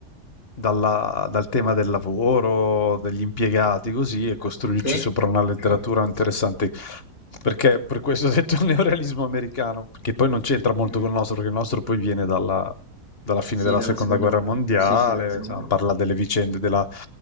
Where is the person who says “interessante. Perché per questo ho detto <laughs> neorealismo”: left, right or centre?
Left